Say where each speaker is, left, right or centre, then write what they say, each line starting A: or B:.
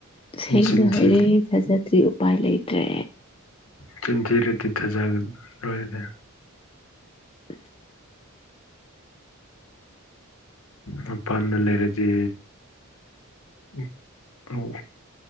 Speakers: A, on the left; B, on the left.
A: ꯁꯦꯡꯅ
B: ꯆꯤꯟ ꯊꯤ
A: ꯍꯥꯏꯔꯦ ꯊꯤꯖꯗ꯭ꯔ‌ꯦ ꯎꯄꯥꯏ ꯂꯩꯇ꯭ꯔꯦ
B: ꯆꯤꯟꯊꯤꯔꯗꯤ ꯊꯥꯖꯒ ꯂꯣꯏꯅ‌ꯦ
A: <unintelligible>
B: ꯃꯄꯥꯟꯗ ꯂꯩꯔꯗꯤ ꯎꯝ ꯑꯣ